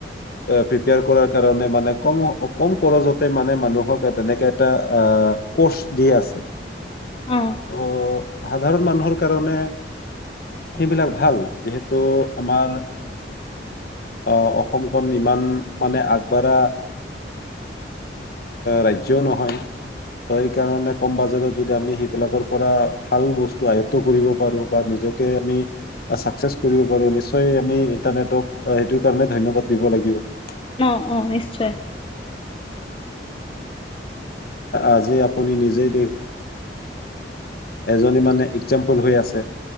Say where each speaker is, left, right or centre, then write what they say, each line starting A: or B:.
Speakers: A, on the left; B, on the left.
A: প্ৰিপেয়াৰ কৰাৰ কাৰণে মানে কম। কম খৰজতে মানে মানুহক তেনেকে এটা কচ দি আছে,
B: অ
A: ত! সাধাৰণ মানুহৰ কাৰণে সেইবিলাক ভাল। যিহেতু আমাৰ আহ অসমখন ইমান মানে আগবাঢ়া। ৰাজয়ও নহয় ত সেইকাৰ কম বাজত য আমি সেইবিলাকৰ পৰা ভাল বস্তু আয়ত কৰিব পাৰো বা নিজকে আমি চ কৰিব পাৰো নিশ্চয় আমি ইন্টাৰনেটক সেইটো কাৰে ধ্যবাদ দিব লাগিব <unintelligible>
B: অ অ নিশ্চয়।
A: আজি আপুনি নিজেই এজন এক্সমপল হৈ আছে।